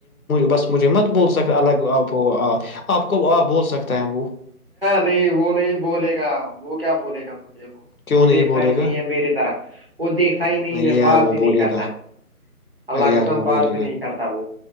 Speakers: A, on the left; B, on the right.
A: بس مجھے مت بول سک الگ آپ آپ کب آ بول سکتا ہے وہ
B: نہیں وہ نہیں بولے گا وہ کیا بولے گا مجھے وہ
A: کیوں
B: دیکھتا
A: بولے
B: ہی نہیں
A: گا
B: ہے میری طرف وہ دیکھتا ہی نہیں ہے
A: یار
B: بات
A: وہ
B: بھی نہیں
A: بولے
B: کرتا
A: گا
B: اللہ
A: ارے یار
B: کے سام
A: وہ
B: بات
A: بولے
B: بھی
A: گا
B: نہیں کرتا وہ